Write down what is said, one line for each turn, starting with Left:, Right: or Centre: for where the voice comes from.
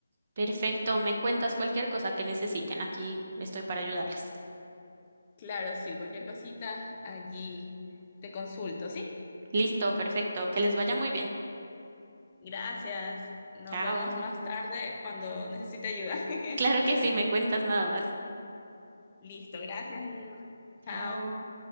Right: Perfecto, me cuentas cualquier cosa que necesiten, aquí estoy para ayudarles.
Left: Claro, sí, cualquier cosita allí te consulto, ¿sí?
Right: Listo, perfecto, que les vaya muy bien.
Left: Gracias. Nos
Right: Chao.
Left: vemos más tarde cuando necesite ayuda. <laughs>
Right: <laughs> Claro que sí, me cuentas nada más.
Left: Listo, gracias, Lina.
Right: Chao.
Left: Chao.